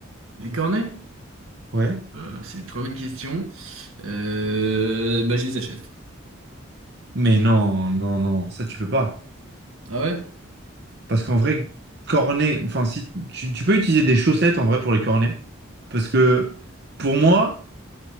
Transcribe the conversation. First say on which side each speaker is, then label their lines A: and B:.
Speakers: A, on the right; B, on the right.
A: Les cornets?
B: Ouais.
A: Euh, c'est une très bonne question. Euh, bah, je les achète.
B: Mais non, non, non, ça, tu peux pas.
A: Ah ouais?
B: Parce qu'en vrai, cornets, enfin, si, tu, tu peux utiliser des chaussettes, en vrai, pour les cornets. Parce que, pour moi,